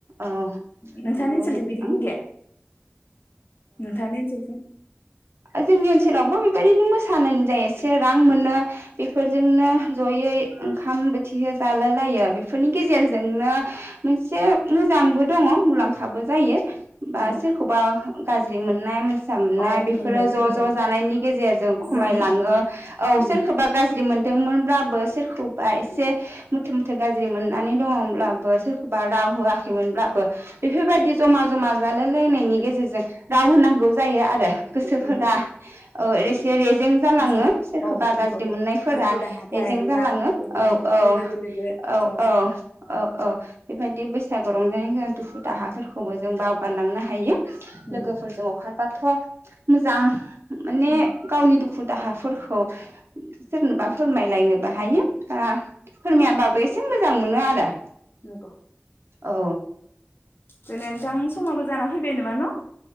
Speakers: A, on the right; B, on the left.
A: औ
B: नोंथांनि
A: बुं।
B: ओनसोलथिं बिदि गैया नोंथांनि ओनसोल
A: जोंनि ओनसोलावबो बेबायदिनो मोसानानै जायो एसे रां मोनो बेफोरजोंनो जयै ओंखाम बोथि जाला लायो। फोरनि गेजेरजोंनो मोनसे मोजांबो दङ मुलाम्फाबो जायो।
B: नंगौ
A: बा सोरखौबा। गाज्रि मोननाय <unintelligible>
B: औ
A: बेफोरो
B: नंगौ
A: ज'
B: नंगौ
A: ज' जानायनि गेजेरजों खमायलाङो
B: जों
A: औ
B: उम
A: सोरखौबा गाज्रि मोन मोनब्लाबो सोरखौबा एसे मुथ मुथे गाज्रि मोननानै दङब्लाबो सोरखौबा राव होआखैमोनब्लाबो बेफोरबायदि जमा जमा जानाय-लोंनाय नि गेजेरजों राव होनांगौ। जायो आरो गोसोफोरा
B: नंगौ
A: ओ एसे रेजें जालाङो
B: खायसेनो
A: सोरखौबा
B: औ नंगौ
A: गाज्रि मोननायफोरा
B: दुखु दाहा
A: रेजें
B: थायोब्ला
A: जालाङो औ
B: बिदिनो
A: औ
B: लोगो दोलोगो
A: औ
B: ज'
A: औ औ औ। बेबायदि बैसागु रंजानायनि गेजेरजोंबो जों दुखु दाहाफोरखौबो जों बावगारलांनो हायो।
B: नंगौ
A: लोगोफोरजों अखा बाथ' मोजां माने
B: उम
A: गावनि दुखु दाहाफोरखौ सोरनोबा फोरमायलायनोबो हायो ओ फोरमायाबाबो एसे मोजां मोनो आरो।
B: नंगौ।
A: औ।
B: दिनै नोंथां समाबो जाना फैबाय नोमा न'।